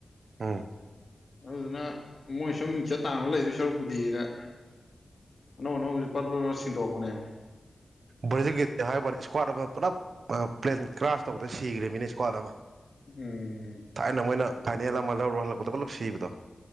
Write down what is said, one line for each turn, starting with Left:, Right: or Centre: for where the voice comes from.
Right: ꯎꯝ
Left: ꯑꯗꯨꯗꯨꯅ ꯃꯣꯏꯁꯨꯝ ꯃꯤꯡꯆꯠ ꯇꯥꯟꯅ ꯂꯩꯗꯣꯏ ꯁꯔꯨꯛꯄꯨꯗꯤꯅ ꯑꯅꯧ ꯑꯅꯧꯕꯖꯦ ꯄꯠ ꯄꯠ ꯄꯠ ꯁꯤꯟꯗꯣꯛꯄꯅꯦꯃꯦ
Right: ꯕ꯭ꯔꯥꯖꯤꯜ ꯒꯤꯗꯤ ꯍꯥꯏ ꯋꯥꯅꯦ ꯏꯁꯀ꯭ꯋꯥꯠ ꯑꯃ ꯄꯨꯂꯞ ꯑꯥ ꯄ꯭ꯂꯦꯟ ꯀ꯭ꯔꯥꯁ ꯇꯧꯕꯗ ꯁꯤꯒ꯭ꯔꯤꯃꯤꯅ ꯁꯀ꯭ꯋꯥꯠ ꯑꯃ
Left: ꯎꯝ
Right: ꯊꯥꯏꯅ ꯃꯣꯏꯅ ꯐꯥꯏꯅꯦꯜ ꯑꯃ ꯂꯧꯔꯨꯔ ꯍꯜꯂꯛꯄꯗ ꯄꯨꯂꯞ ꯁꯤꯕꯗꯣ